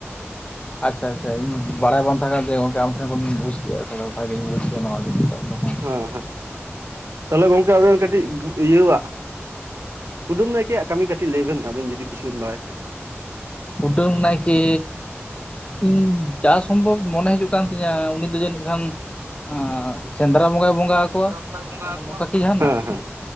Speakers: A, on the left (about 25°); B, on the right (about 70°).
A: ᱟᱪᱪᱷᱟ ᱟᱪᱪᱷᱟ ᱤᱧ ᱵᱟᱲᱟᱭ ᱵᱟᱝ ᱛᱟᱦᱮᱸ ᱠᱟᱱ ᱛᱤᱧᱟᱹ ᱜᱚᱝᱠᱮ ᱟᱢ ᱴᱷᱮᱱ ᱠᱷᱚᱱᱤᱧ ᱵᱩᱡ ᱠᱮᱫᱼᱟ ᱛᱷᱚᱲᱟ ᱵᱷᱟᱜᱤᱧ ᱵᱩᱡᱽ ᱠᱮᱫᱼᱟ ᱱᱚᱣᱟ ᱜᱮ ᱱᱤᱛᱚᱜ ᱨᱮᱦᱚᱸ
B: ᱦᱮᱸ ᱦᱮᱸ ᱛᱟᱦᱚᱞᱮ ᱜᱚᱝᱠᱮ ᱟᱵᱮᱱ ᱠᱟᱹᱴᱤᱡ ᱤᱭᱟᱹᱣᱟᱜ ᱠᱩᱴᱟᱹᱢ ᱱᱟᱭᱠᱮ ᱟᱜ ᱠᱟᱹᱴᱤᱡ ᱞᱟᱹᱭ ᱵᱤᱱ ᱟᱵᱮᱱ ᱡᱚᱫᱤ ᱠᱤᱪᱷᱩ ᱵᱤᱱ ᱵᱟᱲᱟᱭ ᱠᱷᱟᱱ
A: ᱠᱩᱲᱟ. ᱢ ᱱᱟᱭᱠᱮ ᱩᱢ ᱡᱟ ᱥᱚᱢᱵᱷᱚᱵ ᱢᱚᱱᱮ ᱦᱤᱡᱩᱜ ᱠᱟᱱ ᱛᱤᱧᱟ ᱩᱱᱤᱫᱚ ᱡᱟᱱᱤᱡ ᱠᱷᱟᱱ ᱟ. ᱥᱮᱸᱫᱽᱨᱟ ᱵᱚᱸᱜᱟᱭ ᱵᱚᱸᱜᱟ ᱟᱠᱚᱣᱟ
B: ᱵᱚᱸᱜᱟᱭ ᱵᱚᱸᱜᱟ ᱟᱠᱚᱣᱟ
A: ᱱᱚᱝᱠᱟ ᱠᱤ ᱡᱟᱦᱟᱱᱟᱜ
B: ᱦᱮᱸ ᱦᱮᱸ